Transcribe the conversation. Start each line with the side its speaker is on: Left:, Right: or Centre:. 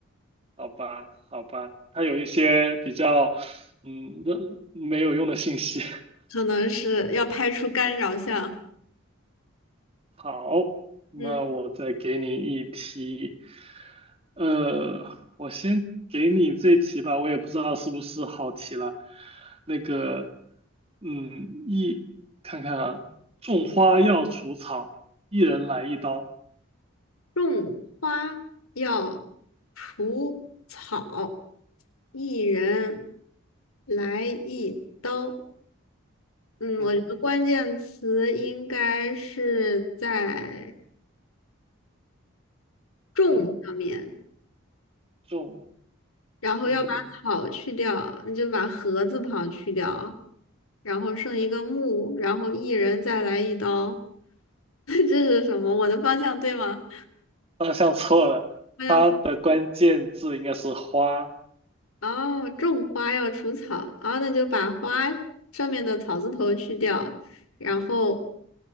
Right: 好吧，好吧，它有一些比较嗯，那没有用的信息。<laughs>
Left: 可能是要拍出干扰项。
Right: 好，那我再给你一题，
Left: 嗯，
Right: 呃，我先给你这题吧，我也不知道是不是好题了。那个，嗯，一，看看啊，种花要除草，一人来一刀。
Left: 种花要除草，一人来一刀。嗯，
Right: 嗯
Left: 我觉得关键词应该是在种上面，
Right: 嗯，种，
Left: 然后要把草去掉，
Right: 嗯，
Left: 那就把禾字旁去掉，然后剩一个木，然后一人再来一刀。<laughs> 这是什么？我的方向对吗？
Right: 方向错了，
Left: 方向
Right: 它的关键字应该是花。
Left: 哦，种花要除草，哦，那就把花上面的草字头去掉，然后